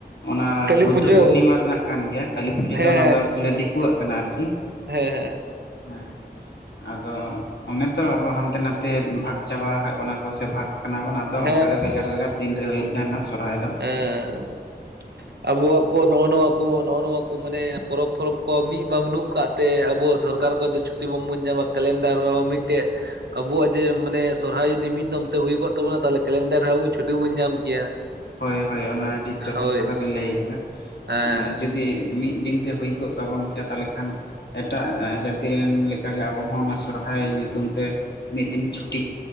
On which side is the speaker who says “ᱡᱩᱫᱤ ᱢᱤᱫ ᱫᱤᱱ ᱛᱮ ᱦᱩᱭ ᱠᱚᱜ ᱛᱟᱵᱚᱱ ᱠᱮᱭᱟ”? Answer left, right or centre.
Left